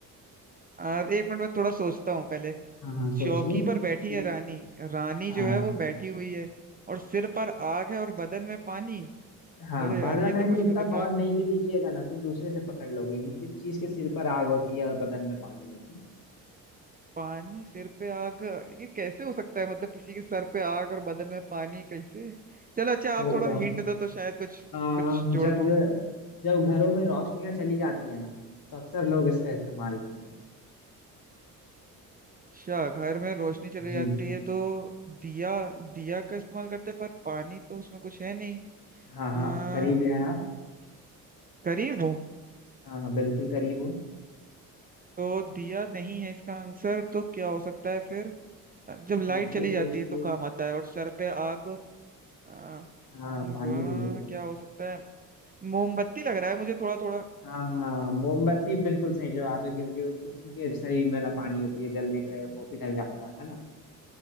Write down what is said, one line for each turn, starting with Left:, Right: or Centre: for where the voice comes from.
Right: आ, एक मिनट में थोड़ा सोचता हूँ पहले
Left: हाँ हाँ सोचिए
Right: चौकी
Left: कि-
Right: पर बैठी है रानी रानी
Left: हाँ
Right: जो है वो बैठी हुई है और सिर पर आग है और बदन में पानी
Left: हाँ
Right: अरे
Left: पहला
Right: यार ये
Left: लाइन
Right: तो कुछ
Left: को उतना
Right: खतरनाक
Left: गौर नहीं
Right: हो
Left: भी दीजिएगा ना तो दूसरे से पकड़ लोगे कि किस चीज के सिर पर आग होती है और बदन में पानी होती है
Right: पानी सिर पे आग ये कैसे हो सकता है मतलब किसी के सर पे आग और बदन में पानी कैसे चलो अच्छा आप
Left: होगा
Right: थोड़ा हिंट दो तो शायद कुछ
Left: आ,
Right: कुछ जोड़
Left: जब जब घरों में रोशनियां चली जाती है ना तो अक्सर लोग इसका इस्तेमाल करते हैं
Right: अच्छा घर में रोशनी चली
Left: जी
Right: जाती है तो दिया दिया का इस्तेमाल करते हैं पर पानी तो उसमें कुछ है नहीं
Left: हाँ हाँ
Right: आ,
Left: करीब हैं आप
Right: करीब हो
Left: हाँ हाँ बिल्कुल करीब हो
Right: तो दिया नहीं है इसका आंसर तो क्या हो सकता है फिर अ, जब लाइट
Left: सोचिए
Right: चली जाती
Left: सोचिए
Right: है तो काम आता है और सर पे आग और आ,
Left: हाँ पानी
Right: वाह
Left: भी है
Right: क्या हो सकता है मोमबत्ती लग रहा है मुझे थोड़ा थोड़ा
Left: हाँ मोमबत्ती बिल्कुल सही जवाब है क्योंकि उसी के शरीर में ना पानी होती है जलने पे वो पिघल जाता है ना